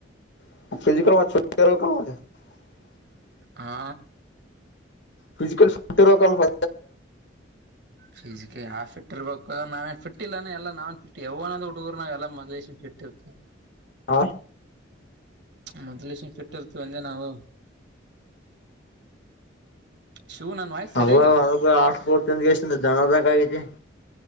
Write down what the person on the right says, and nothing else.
ಹಾ.
ಫಜಿಕಲ್ ಯಟ್ ಇರ್ಬೇಕು ನಾವೇ ಟ್ ಇನ ಎಲ್ಲ ನಾವನ್ ಫಟ್ ಯಾವನ್ ಹುಡುಗರು ನಾವ ಎಲ್ಲ ಮದ್ಶನ್. ಬಿಟ್ಟತ್ತು.
ಮೊದ್ಲೇಶಷನ್ ಫಿಟ್ ಇರ್ತೀವಂದೆ ನಾವು. ಶಿವು ನನ್ ವಾಯ್ಸ್ ಸರಿಯಾಗಿಲ್ಲ